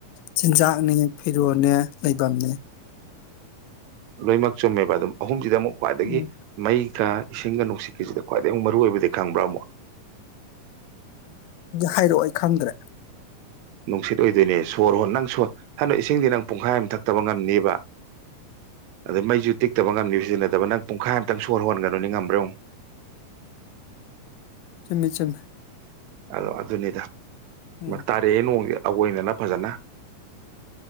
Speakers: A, on the left (about 85°); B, on the right (about 85°).
A: ꯆꯤꯟꯖꯥꯛꯅꯦ ꯐꯤꯔꯣꯜꯅꯦ ꯂꯩꯐꯝꯅꯦ
B: ꯂꯣꯏꯅꯃꯛ ꯆꯨꯝꯃꯦꯕ ꯑꯗꯨꯝ ꯑꯍꯨꯝꯁꯤꯗ ꯑꯃꯨꯛ ꯈ꯭ꯋꯥꯏꯗꯒꯤ
A: ꯎꯝ
B: ꯃꯩ ꯀ ꯏꯁꯤꯡꯒ ꯅꯨꯡꯁꯤꯠꯀꯤꯁꯤꯗ ꯈ꯭ꯋꯥꯏꯗꯒꯤ ꯑꯃꯨꯛ ꯃꯔꯨꯑꯣ ꯑꯣꯏꯕꯗꯤ ꯈꯪꯕ꯭ꯔꯥ ꯑꯃꯨꯛ
A: ꯍꯥꯏꯔꯛꯑꯣ ꯑꯩ ꯈꯪꯗ꯭ꯔꯦ
B: ꯅꯨꯡꯁꯤꯠ ꯑꯣꯏꯗꯣꯏꯅꯦ ꯁꯣꯔ ꯍꯣ ꯅꯪ ꯁ ꯁꯗꯣ ꯏꯁꯤꯡꯗꯤ ꯅꯪ ꯄꯨꯡꯈꯥꯏ ꯑꯃ ꯊꯛꯇꯕ ꯉꯝꯅꯦꯕ ꯑꯗ ꯃꯩꯁꯨ ꯇꯤꯛꯇꯕ ꯉꯝꯅꯤꯕ ꯁꯤꯖꯤꯟꯅꯗꯕ ꯅꯪ ꯄꯨꯡꯈꯥꯏ ꯑꯃꯝꯇꯪ ꯁꯣꯔ ꯍꯣꯟꯒꯅꯨꯅꯤ ꯉꯝꯕ꯭ꯔ
A: ꯃꯤꯦꯆꯨꯝ
B: ꯑꯗꯣ ꯑꯗꯨꯅꯤꯗ
A: ꯎꯝ
B: ꯇꯥꯔꯛꯑꯦ ꯅꯣꯡꯒꯤ ꯑꯩꯣꯏꯅꯅ ꯐꯖꯅ